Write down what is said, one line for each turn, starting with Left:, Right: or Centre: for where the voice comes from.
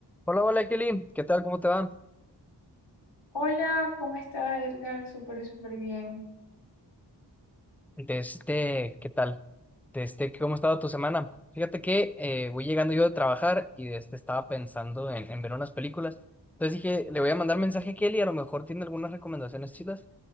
Centre: Hola, hola Kelly, ¿qué tal? ¿Cómo te va?
Left: Hola, ¿cómo estás, Edgar? Súper, súper bien.
Centre: De este, ¿qué tal? De este, ¿cómo ha estado tu semana? Fíjate que eh, voy llegando yo de trabajar y de este estaba pensando en, en ver unas películas. Entonces dije, le voy a mandar mensaje a Kelly, a lo mejor tiene algunas recomendaciones chidas